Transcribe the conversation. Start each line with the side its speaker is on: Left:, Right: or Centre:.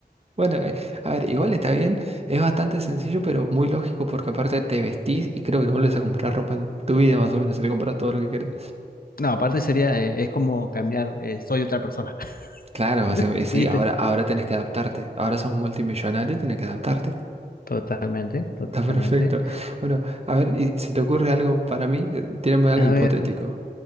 Right: Bueno, eh, a ver, igual está bien, es bastante sencillo, pero muy lógico porque aparte te vestís y creo que no vuelves a comprar ropa en tu vida más o menos, si te compras todo lo que querés.
Left: No, aparte sería, eh, es como cambiar, eh, soy otra persona,
Right: Claro, o
Left: <laughs>
Right: sea, y sí,
Left: ¿viste?
Right: ahora, ahora tenés que adaptarte. Ahora sos multimillonario, tenés que adaptarte.
Left: Totalmente,
Right: <laughs>
Left: totalmente.
Right: Está perfecto. Bueno, a ver, y si te ocurre algo para mí, eh, tírame algo
Left: A
Right: hipotético.
Left: ver,